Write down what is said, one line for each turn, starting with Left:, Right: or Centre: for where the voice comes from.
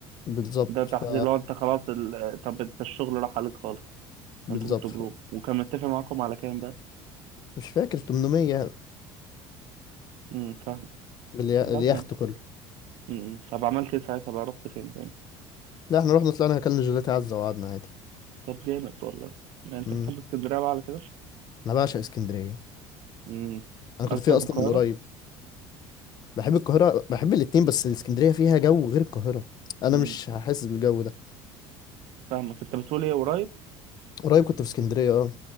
Left: بالظبط
Right: ده تحذير
Left: ف...
Right: لو انت خلاص ال... طب انت الشغل راح عليك خالص
Left: بالظبط
Right: انتوا كنتوا جروب
Left: ف...
Right: وكان متفق معاكم على كام بقى
Left: مش فاكر 800
Right: امم فاهم
Left: بالي-
Right: لا
Left: اليخت
Right: كان
Left: كله
Right: امم طب عملت ايه ساعتها بقى رحت فين تاني
Left: لا احنا رحنا طلعنا اكلنا جيلاتي عزه وقعدنا عادي
Right: طب جامد والله يعني انت
Left: مم.
Right: بتحب اسكندرية بقى على كده
Left: انا بعشق اسكندريه
Right: امم
Left: انا كنت
Right: اكتر
Left: فيها
Right: من
Left: اصلا
Right: القاهرة
Left: من قريب بحب القاهره بحب الاتنين بس اسكندريه فيها جو غير القاهره انا
Right: امم
Left: مش هحس بالجو ده
Right: فاهمك انت بتقول ايه قريب
Left: قريب كنت في اسكندرية اه